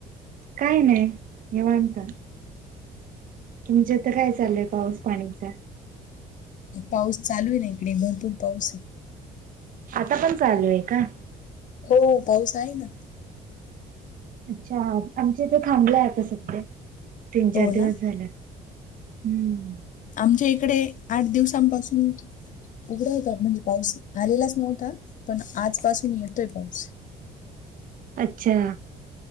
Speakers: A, on the right; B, on the left.
A: काय नाय निवांत तुमच्या इथं काय चांलय पाऊस पाणीच
B: पाऊस चालू ये ना इकडे भरपूर पाऊस ये.
A: आता पण चालू ये का?
B: हो पाऊस आहे ना.
A: अच्छा आमच्या इथे थांबलाय आता सध्या तीन चार
B: हो
A: दिवस
B: ना?
A: झाल हुं
B: आमच्या इकडे आठ दिवसांपासून उघडा होता म्हणजे पाऊस आलेलाच नव्हता पण आजपासून येतोय पाऊस
A: अच्छा